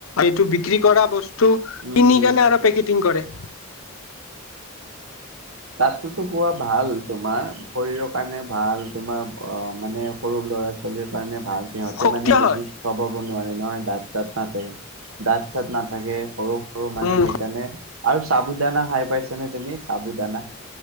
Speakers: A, on the left; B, on the right.
A: এইটো বিক্ৰী কৰা বস্তু টো
B: উম
A: কিনি
B: উম
A: কেনে আৰু পেকেটিং কৰে।
B: ছাতটোতো খোৱা ভাল তোমাৰ। শৰীৰৰ কাৰণে ভাল তোমাৰ অঁ মানে সৰু ল'ৰা ছোৱালীৰ কাৰণে ভাল। সিহঁতে
A: শক্তি
B: মানে বেছি
A: হয়
B: চোবাব নোৱাৰে নহয় দাঁত চাঁত নাথাকে, দাঁত চাঁত নাথাকে সৰু সৰু মানে
A: উম
B: সেইকাৰণে আৰু চাবু দানা খাই পাইছা নে তুমি? চাবু দানা